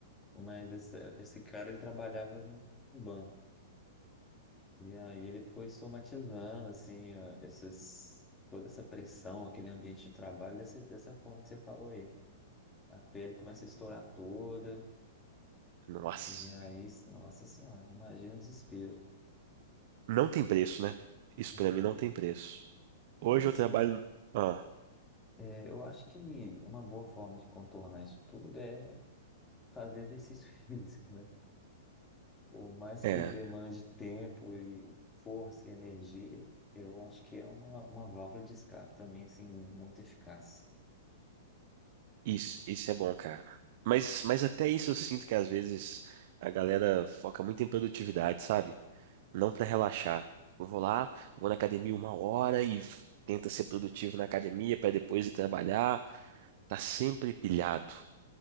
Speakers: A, on the left; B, on the right.
A: mas esse, esse cara ele trabalhava no banco. E aí ele foi somatizando, assim, ó, esses, toda essa pressão, aquele ambiente de trabalho dessa, dessa forma que você falou aí. A pele começa a estourar toda,
B: Nossa.
A: e aí, nossa senhora, imagina o desespero.
B: Não tem preço, né? Isso
A: Não.
B: pra mim não tem preço. Hoje
A: Mas assim,
B: eu trabalho. Ah,
A: é, eu acho que uma boa forma de contornar isso tudo é fazer exercício <laughs> físico, né? Por mais
B: é,
A: que demande tempo e força e energia, eu acho que é uma, uma válvula de escape também, assim, muito eficaz.
B: Isso, isso é bom, cara. Mas, mas até isso eu sinto que às vezes a galera foca muito em produtividade, sabe? Não pra relaxar. Eu vou lá, vou na academia uma hora e f- tenta ser produtivo na academia pra depois ir trabalhar. Tá sempre pilhado,